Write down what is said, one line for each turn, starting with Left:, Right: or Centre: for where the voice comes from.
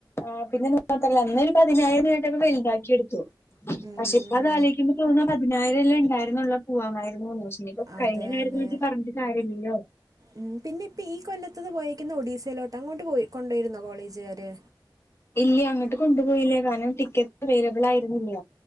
Left: ആ പിന്നെ <unintelligible> ഞങ്ങളോരു പതിനേഴു മീറ്റർ വലുതാക്കി എടുത്തു
Right: ഉം,
Left: പക്ഷെ ഇപ്പൊ അത് ആലോചിക്കുമ്പോ തോന്നാ പതിനായിരമല്ലേ ഉണ്ടായിരുന്നുള്ളൂ പോവാമായിരുന്നുന്ന് ഇനിയിപ്പോ
Right: അതെ
Left: കഴിഞ്ഞ കാര്യത്തെപ്പറ്റി
Right: അതെ
Left: പറഞ്ഞിട്ട് കാര്യമില്ലല്ലോ
Right: ഉം പിന്നെ ഇപ്പം ഈ കൊല്ലത്തത് പോയേക്കുന്ന ഒഡീസയിലോട്ട് അങ്ങോട്ട് പോയി കൊണ്ടുപോയിരുന്നോ കോളേജുകാര്
Left: ഇല്ല അങ്ങോട്ട് കൊണ്ടുപോയില്ലേ കാരണം ടിക്കറ്റ് അവൈലബിൾ ആയിരുന്നില്ല.